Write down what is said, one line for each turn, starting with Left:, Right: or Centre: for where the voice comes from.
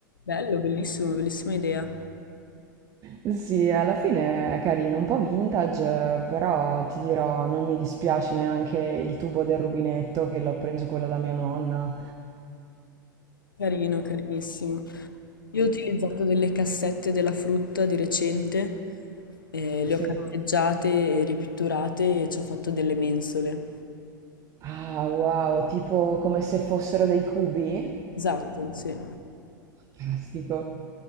Left: Bello, bellissimo, bellissima idea.
Right: Sì, alla fine è carino, un po' vintage, eh, però ti dirò, non mi dispiace neanche il tubo del rubinetto che l'ho preso quello da mia nonna.
Left: Carino, carinissimo. Io ho utilizzato delle cassette della frutta di recente, eh, le
Right: Sì.
Left: ho carteggiate e ripitturate e ci ho fatto delle mensole.
Right: Ah, wow, tipo come se fossero dei cubi?
Left: Esatto, sì.
Right: Fantastico.